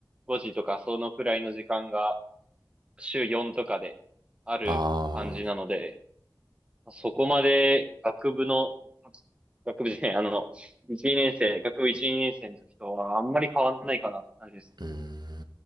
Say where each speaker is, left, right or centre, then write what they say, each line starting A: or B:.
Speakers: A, on the right; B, on the right.
A: 5時とか、そのくらいの時間が週4とかである感じなので、
B: あ
A: そこまで学部の、学部じゃない、あの、1、2年生、学部1、年生の時とはあんまり変わんないかなって感じです。
B: うーん。